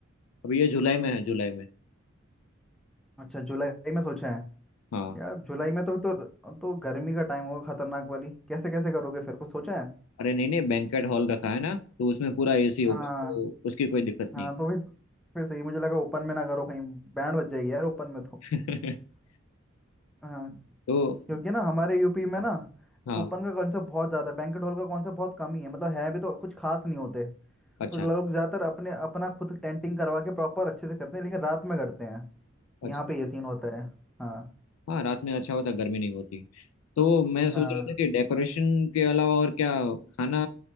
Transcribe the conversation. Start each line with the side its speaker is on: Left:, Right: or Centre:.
Left: अभी ये जुलाई में है जुलाई में
Centre: अच्छा जुलाई में सोचा है
Left: हाँ
Centre: यार जुलाई में तो तो, तो गर्मी का टाइम होगा खतरनाक वाली कैसे कैसे करोगे फिर कुछ सोचा है
Left: अरे नहीं नहीं बैंकेट हॉल रखा है ना तो उसमें पूरा एसी होगा
Centre: हाँ
Left: तो उसकी कोई दिक्कत
Centre: हाँ
Left: नहीं
Centre: तो फिर फिर सही मुझे लगा ओपन में ना करो कहीं बैंड बज जाएगी यार ओपन में तो
Left: है। <laughs>
Centre: हाँ
Left: तो
Centre: क्योंकि ना हमारे यूपी में
Left: हाँ
Centre: ना
Left: हाँ,
Centre: ओपन का कॉन्सेप्ट बहुत ज़्यादा है बैंकेट हॉल का कॉन्सेप्ट बहुत कम ही है मतलब है भी तो कुछ खास नहीं होते तो
Left: अच्छा
Centre: लोग ज़्यादातर अपने अपना खुद टेंटिंग करवा के प्रॉपर अच्छे से करते हैं लेकिन रात में करते हैं
Left: अच्छा
Centre: यहाँ पे ये सीन होता है हाँ
Left: हाँ रात में अच्छा होता गर्मी नहीं होती तो मैं सोच
Centre: हाँ
Left: रहा था कि डेकोरेशन के अलावा और क्या खाना